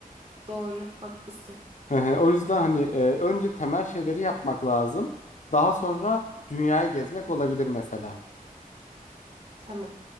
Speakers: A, on the right; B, on the left.
A: doğru, haklısın.
B: Hı hı. O yüzden hani e, önce temel şeyleri yapmak lazım. Daha sonra dünyayı gezmek olabilir mesela.
A: Tamam.